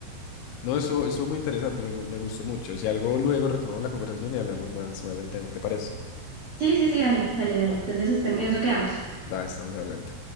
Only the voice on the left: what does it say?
no, eso, eso muy interesante, me, gu- me gustó mucho. Si algo, luego retomamos la conversación y hablamos más, más del tema, ¿te parece?
Va.
Da, estamos hablando.